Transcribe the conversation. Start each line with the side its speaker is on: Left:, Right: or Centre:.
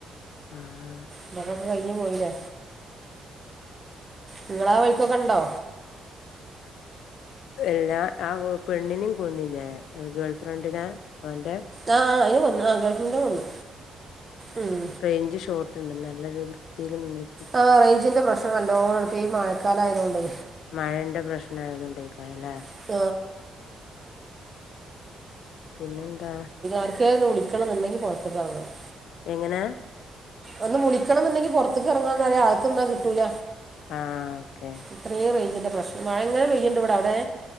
Left: ആഹ്.
Right: ഇങ്ങക്കൊക്കെ കഴിഞ് പോയിലെ. നിങ്ങളാ വൈക്കൊക്കെ ഇണ്ടോ.
Left: എല്ലാ ആ പെണ്ണിനിം കൊന്നിലെ. ഗേൾ ഫ്രണ്ടിനെ അവന്റെ
Right: ആ ആ അയിന് കൊന്നു. ആ ഗേൾ ഫ്രണ്ടിനെ കൊന്നു ഉം.
Left: റെയ്ഞ്ച് ഷോട്ട് ഇണ്ട് നല്ല വൃത്തിയിൽ നി
Right: ആ റഞ്ചിന്റെ പ്രശ്നം നല്ലോണണ്ട്. ഇപ്പ ഈ മഴക്കാല ആയതോണ്ടെ.
Left: മഴന്റെ പ്രശ്ന ആയതോണ്ട്യേക്കാരല്ലേ
Right: <unintelligible>
Left: പിന്നെന്താ
Right: ഒക്കെ ഇന്ന് വിളിക്കണം ഇന്നുണ്ടെങ്കി പൊറത്ത്ക്ക് എറങ്ങണം
Left: എങ്ങനാ
Right: ഒന്ന് വിളിക്കണം ഇന്ന്ണ്ടെങ്കി പൊറ്ത്ത്ക്ക് എറങ്ങണംന്നറിം. അകത്തു നിന്നാ കിട്ടൂല.
Left: ആ ഓക്കെ
Right: ഇത്രയും റേയ്ഞ്ചിന്റെ പ്രശ്നം. മഴ ഇങ്ങനെ പെയ്യ്ണ്ട് ഇവിടെ അവ്ടെ.